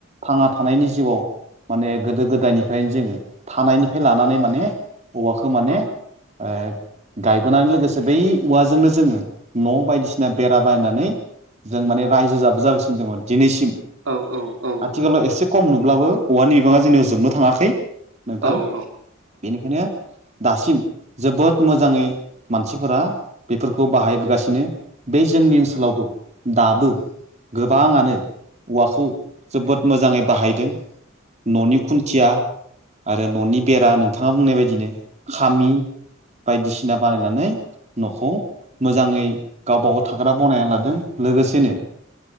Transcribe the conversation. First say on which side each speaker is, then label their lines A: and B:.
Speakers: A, on the right; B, on the right.
A: थांना थानायनि जिउआव माने गोदो गोदायनिफ्रायनो जोङो थानायनिफ्राय लानानै माने औवाखो माने
B: औ
A: ओ गायबोनानै लोगोसे बै औवाजोंनो जोङो न' बायदिसिना बेरा बायनानै जों माने रायजो जाबो जागासिनो दंमोन दिनैसिम
B: औ नोंथां औ
A: आथिखालाव
B: औ
A: एसे खम नुब्लाबो औवानि बिबाङा जोंनियाव जोबनो थाङाखै
B: औ
A: नोंथां
B: औ
A: बेनिखायनो दासिम जोबोद मोजाङै मानसिफोरा बेफोरखौ बाहायबोगासिनो बै जोंनि ओनसोलावबो दाबो गोबाङानो औवाखौ जोबोद मोजाङै बाहायदों न'नि खुन्थिया आरो न'नि बेरा नोंथाङा बुंनाय बायदिनो खामि बायदिसिना बानायनानै न'खौ मोजाङै गावबाागाव थाग्रा बनायना लादों लोगोसेनो